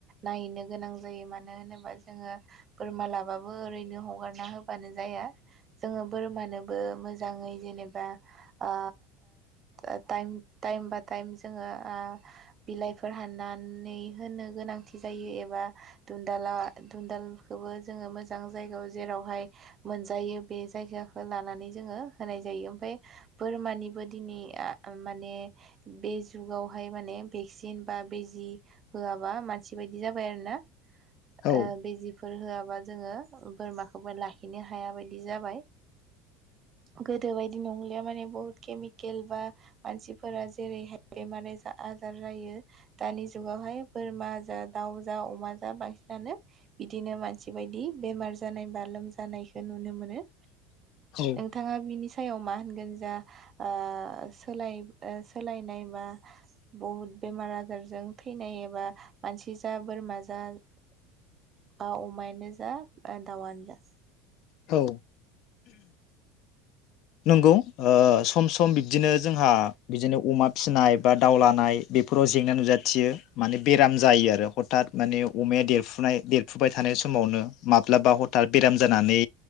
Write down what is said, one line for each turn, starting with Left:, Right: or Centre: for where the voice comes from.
Right: नायहैनो गोनां जायो मानो होनोबा जोङो बोरमा लाबाबो ओरैनो हगारना होबानो जाया जोङो बोरमानोबो मोजाङै जेनेबा ओ ओ ओ टाइम टाइम बा टाइम जोङो ओ बिलाइफोर हाननानै होनो गोनांथि जायो एबा दुन्दाला दुनन्दालखौबो जोङो मोजां जायगायाव जेरावहाय मोनजायो बे जायगाखौ लानानै जोङो होनाय जायो ओमफाय बोरमानिबो दिनि आ माने बे जुगावहाय माने भेक्सिन बा बेजि होआबा मानसि बायदि जाबाय आरो ना
Left: औ
Right: ओ बिजि फोर होआबा जोङो बोरमाखौबो लाखिनो हाया बायदि जाबाय गोदो बायदि नंलि माने बहुत केमिकेल बा मानसिफोरा जेरैहाय बेमार जा आजार जायो दानि जुगावहाय बोरमा जा दाउ जा अमा जा बांसिनानो बिदिनो मानसि बायदि बेमार जानाय बा लोमजानायखो नुनो मोनो
Left: औ
Right: नोंथाङा बिनि सो सायाव मा मोनगोन जा आ सोलाय ओ सोलायनायबा बहुद बेमार आजारजों थैनाय एबा मानसि जा बोरमा जा बा अमायानो जा बा दाउआनो जा
Left: औ नंगौ ओ सम सम बिब्दिनो जोंहा बिदिनो अमा फिसिनाय बा दाउ लानाय बेफोराव जेंना नुजाथियो माने बेराम जायो आरो हथात माने अमाया देरफुनाय देरफुबाय थानाय समावनो माब्लाबा हथात बेराम जानानै